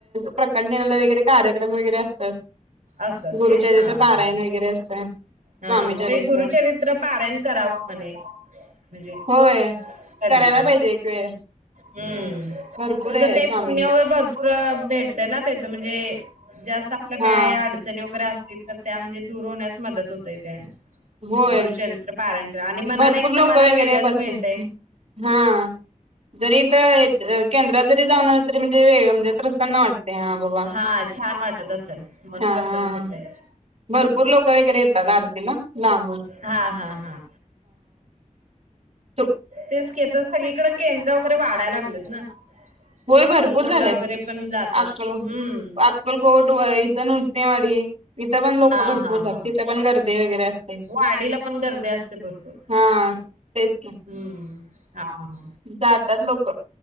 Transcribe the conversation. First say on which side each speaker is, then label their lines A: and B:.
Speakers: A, on the right; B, on the right.
A: प्रकट दिनाला वगैरे कार्यक्रम वगैरे असतात.
B: असतात
A: गुरुच्या
B: काय हा
A: तिथ पारायण
B: हा
A: वगैरे असतं स्वामी
B: होय
A: चरित्र
B: गुरुचरित्र पारायण करावं म्हणे म्हणजे
A: होय
B: कधीतरी
A: करायला पाहिजे एक वेळ
B: हम्म.
A: भरपूर
B: तसं
A: आहे
B: ते
A: स्वामींच
B: पुण्य भरपूर भेटतय ना त्याच म्हणजे जास्त आपलं
A: हा
B: काय अडचणी वगैरे अस त्या म्हणजे दूर होण्यास मदत होतय त्या
A: होय
B: गुरुचरित्र पारायण कर आणि मनाला
A: भरपूर
B: एक
A: लोक
B: समाधान
A: वगैरे
B: वेगळंच
A: बसतात.
B: मिळतय.
A: हा जरी इथ केंद्रात जरी जाऊन आलात. तरी म्हणजे वेग म्हणजे, प्रसन्न वाटत, हा बाबा
B: हा छान वाटत असेल मन
A: छान
B: प्रसन्न होतय
A: भरपूर लोक वगैरे येतात आरतीला. लांबून
B: हा, हा, हा.
A: तू.
B: तेच की आता सगळीकड केंद्र वगैरे वाढायला लागलेत ना.
A: होय
B: अक्कलकोटला
A: भरपूर झालेत,
B: वगैरे पण जातात
A: अकलकोट.
B: हम्म
A: इथन उंचनेवाडी. तिथं पण लोक
B: हा
A: भरपूर
B: हा
A: जातात,
B: हा
A: तिथं पण गर्दी वगैरे असते.
B: वाडीला पण गर्दी असते भरपूर
A: हा. तेच की
B: हम्म. हा, हा.
A: जातात लोक,